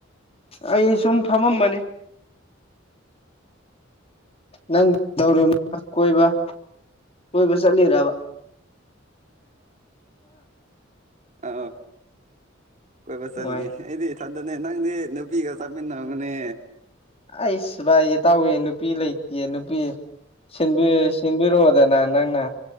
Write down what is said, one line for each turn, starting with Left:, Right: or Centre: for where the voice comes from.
Left: ꯑꯩ ꯁꯨꯝ ꯐꯝꯃꯝꯕꯅꯤ ꯅꯪ ꯇꯧꯔ ꯀꯣꯏꯕ ꯀꯣꯏꯕ ꯆꯠꯂꯤꯕ ꯑꯥ
Right: ꯑ ꯀꯣꯏꯕ ꯆꯠꯅꯤ
Left: ꯅꯨꯡꯉꯥꯏ
Right: ꯑꯩꯗꯤ ꯊꯥꯟꯗꯅꯦ ꯅꯪꯗꯤ ꯅꯨꯄꯤꯒ ꯆꯠꯃꯤꯟꯅꯒꯅꯦ
Left: ꯑꯩꯁ ꯚꯥꯏ ꯇꯥꯎꯋꯦ ꯅꯨꯄꯤ ꯂꯩꯇꯦ ꯅꯨꯄꯤ ꯁꯤꯟꯕꯤ ꯁꯤꯟꯕꯤꯔꯑꯣꯗꯅ ꯅꯪꯅ